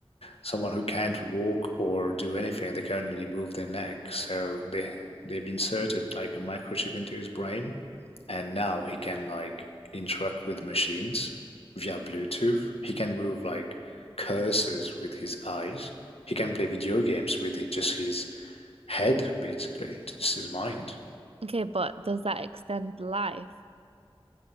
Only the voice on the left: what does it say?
someone who can't walk or do anything. They can only move their neck. So they they've inserted like a microchip into his brain, and now he can like interact with machines via Bluetooth. He can move like cursors with his eyes. He can play video games with just his head, basically, just his mind.